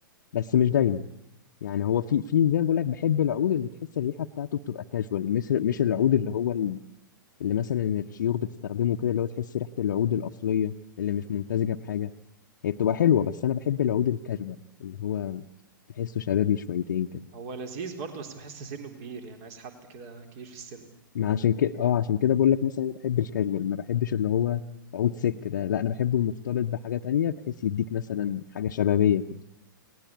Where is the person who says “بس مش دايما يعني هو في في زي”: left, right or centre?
Left